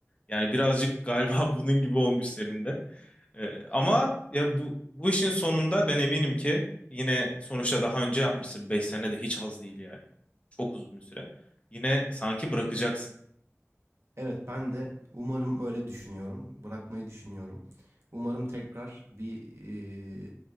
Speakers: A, on the left; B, on the right.
A: Yani birazcık galiba <laughs> bunun gibi olmuş senin de. Ee, ama
B: yok
A: ya bu bu işin sonunda ben eminim ki yine sonuçta daha önce yapmışsın. beş sene de hiç az değil yani. Çok uzun bir süre. Yine sanki bırakacaksın.
B: Evet, ben de umarım öyle düşünüyorum. Bırakmayı düşünüyorum. Umarım tekrar bir, eee,